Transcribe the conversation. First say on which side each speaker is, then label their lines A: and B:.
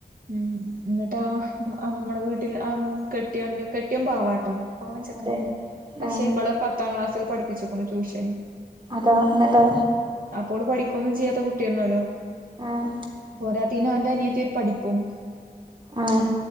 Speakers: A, on the right; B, on the right.
A: ഉം ഉം ഇന്നട്ടൊ അമ്മടെ വീട്ടില് അം. കെട്ടിയോന്റെ കെട്ടിയോൻ പാവാട്ടോ പാവം ചെക്കന്.
B: അതെ
A: പക്ഷെ
B: ആഹ്
A: ഇബെളെ പത്താം ക്ലാസ്സ്ല് പഠിപ്പിച്ചിക്കുണു ട്യൂഷന്
B: അതാ ഇന്നട്ടോ
A: ഉം അപ്പോ ഓള് പഠി ക്കൊന്നു ചെയ്യാത്ത കുട്ട്യാണാല്ലോ.
B: ആഹ്
A: പോരാത്തെയ്ന് ഓന് അനിയത്തി ഒരു പഠിപ്പും
B: ആഹ്